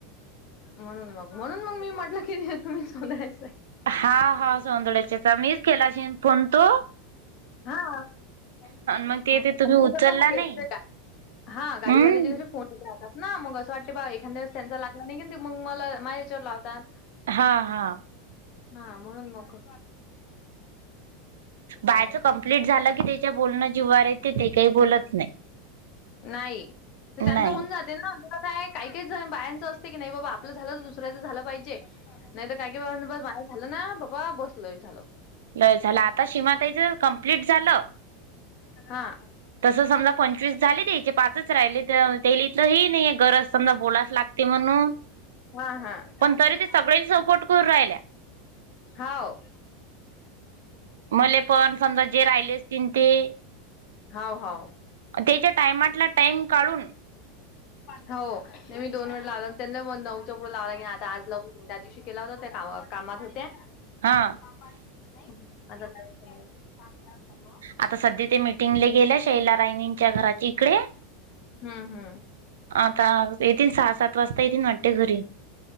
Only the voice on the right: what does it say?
हा हा सोधड्याचे मीच केला असेन फोन तो
मग ते ते तुम्ही उचलला
नाही.
हम्म
हा हा.
बायच
कमप्लीट झालं की, त्याच्या बोलणं जिवावर येते ते काही बोलत नाही.
नाही
लय झालं आता, सीमाताईच कमप्लीट झालं.
तस समजा पंचवीस झाले, त्याचे पाच राहिले त्याइले तरी, नाही हे गरज समजा बोला. लागते म्हणून,
पण तरी ते सगळ्यां सपोर्ट करून राहिल्या.
मले पण समजा, जे राहिले असतील ते-
तेच्या टायमातला टाइम काढून-
हा.
आता सध्या ते मीटिंगले गेल्या, शैला रायनींच्या घराचा इकडे.
आता येतील सहा, सात वाजता येतील वाटते घरी.